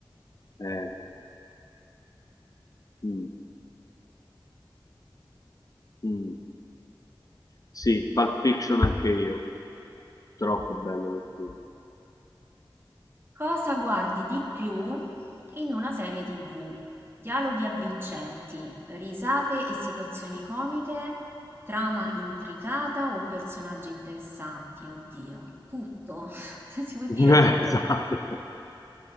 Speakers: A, on the left (about 40°); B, on the right (about 25°).
A: Eh, mm, mm. Sì, Pulp Fiction anche io. Troppo bello quel film.
B: Cosa guardi di più in una serie TV? Dialoghi avvincenti, risate e situazioni comiche, trama intricata o personaggi interessanti? Oddio, tutto, <laughs> si può dire
A: <laughs>
B: tutto.
A: Eh, Esatto.